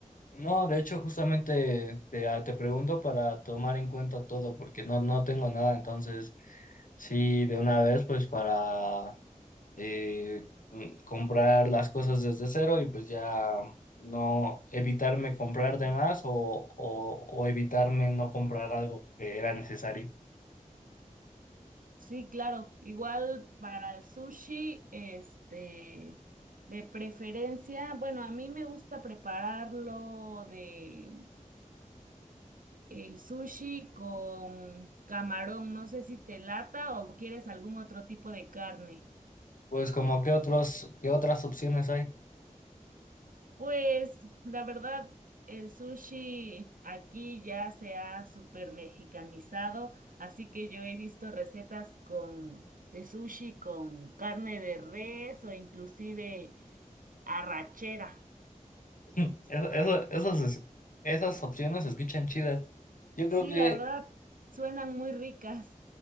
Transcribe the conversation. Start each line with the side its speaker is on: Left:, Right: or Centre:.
Left: No, de hecho justamente te, ah, te pregunto para tomar en cuenta todo porque no, no tengo nada, entonces sí, de una vez pues para eh, mm, comprar las cosas desde cero y pues ya no evitarme comprar de más o, o, o evitarme no comprar algo que era necesario.
Right: Sí, claro. Igual para el sushi, este, de preferencia, bueno, a mí me gusta prepararlo de el sushi con camarón. No sé si te lata o quieres algún otro tipo de carne.
Left: Pues como qué otros, qué otras opciones hay. <laughs>
Right: Pues la verdad, el sushi aquí ya se ha super mexicanizado, así que yo he visto recetas con de sushi con carne de res o inclusive arrachera.
Left: Mm, Eso, eso- esas, es- esas opciones se escuchan chidas. Yo
Right: Sí,
Left: creo que
Right: la verdad, suenan muy ricas.